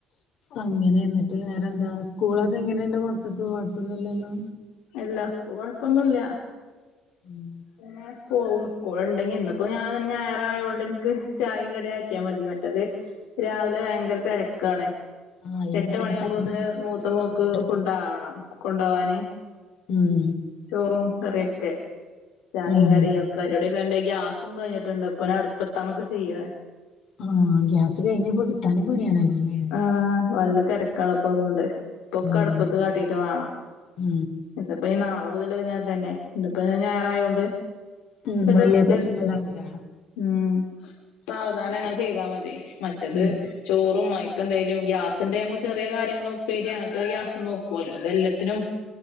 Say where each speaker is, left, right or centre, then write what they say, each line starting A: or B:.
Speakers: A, on the left; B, on the left.
A: അങ്ങനെ, എന്നിട്ട് വേറെന്താ? സ്കൂളൊക്കെ എങ്ങനെയുണ്ട്? മക്കക്ക് കുഴപ്പോന്നില്ലല്ലോ.
B: അല്ല സ്കൂ കുഴപ്പൊന്നുല്ല.
A: ഉം
B: അങ്ങനെ പോവും സ്കൂൾ ഉണ്ടെങ്കി ഇന്നിപ്പോ ഞാൻ തൻ ഞായറായൊണ്ട് ഇൻക്ക് ചായിം കടിം ആക്കിയാ മതി. മറ്റത് രാവിലെ ഭയങ്കര തെരക്കാണ്.
A: ആഹ് ഈ
B: എട്ട്
A: നേ
B: മണിയാകുമ്പോത്തിന്
A: ഈ ടൈമൊക്കെ ആവുമ്പോഴത്തേനും
B: മൂത്ത മോക്ക്
A: ഫുഡാവും
B: ഫുഡ് ഡാവണം കൊണ്ടോവാന്.
A: ഉം
B: ചോറും കറിയൊക്കെ ചായയും
A: ഉം
B: കടിയും ഒക്കെ അയിന്റെടേ ഇപ്പൊ എന്റെ ഗ്യാസും കഴിഞ്ഞിട്ടുണ്ട്. ഇപ്പ നാ അട്പ്പത്താണ് ഒക്കെ ചെയ്യണെ.
A: ആഹ് ഗ്യാസ് കഴിഞ്ഞപ്പോ കിട്ടാനും പണിയാണല്ലോ അല്ലേ
B: ആഹ്. വല്ല തെരക്കാണ്പ്പൊ അതോണ്ട്. ഇപ്പൊക്കടുപ്പത്ത്
A: ഉം
B: കാട്ടിട്ട് വാണം.
A: ഉം
B: ഇന്ന്പ്പോ നാളെ മുതല് ഇങ്ങന തന്നെ. ഇന്ന്പ്പോ ഞാ ഞായറായോണ്ട്.
A: ഉം വലിയ
B: റസ്റ്റ്‌
A: പ്രശ്നം
B: ണ്ട്.
A: ഉണ്ടാവില്ല
B: ഉം. സാവധാനം അങ്ങനെ ചെയ്താ മതി. മറ്റത്
A: ഉം
B: ചോറും അയക്കെന്തേലും. ഗ്യാസ്ണ്ടേ നമക്ക് ചെറിയ കാര്യങ്ങളുപ്പേരി അങ്ങനത്തെ ഗ്യാസ് വെക്കോല്ലോ. ഇതെല്ലത്തിനും